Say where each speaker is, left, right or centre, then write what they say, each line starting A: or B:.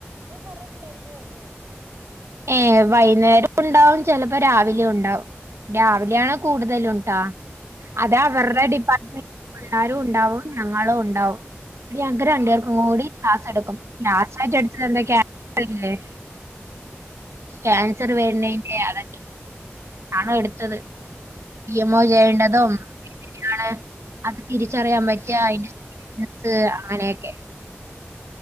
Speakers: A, on the right (about 70°); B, on the right (about 85°).
A: ഞാൻ കൊറെ പിള്ളേർ പോന്ന കാണല്ലോ.
B: ഏ വൈകുന്നേരം ഉണ്ടാവും ചിലപ്പോ രാവിലെ ഉണ്ടാവും രാവിലെയ ആണ് കൂടുതല ണ്ട അതാ അവരുടെ ഡിപ്പാർട്ട്മെന്റ് പിള്ളാരും ഉണ്ടാവും ഞങ്ങളും ഉണ്ടാവും. ടി, ഞങ്ങക്ക് രണ്ട് പേർക്കും കൂടി ക്ലാസ് എടുക്കും ക്ലാസ് ആയിട്ട് എടുത <unintelligible> ക്യാൻസർ വേരുന്നതിന്റെ അതെ ക്കെ ആണോ എടുത്തത് ഇ എംഒ ചെയ്യേണ്ടതും <unintelligible> അത് തിരിച്ചറിയാൻ പറ്റിയ അതിന്റെ <unintelligible> സ് അങ്ങനെയൊക്കെ.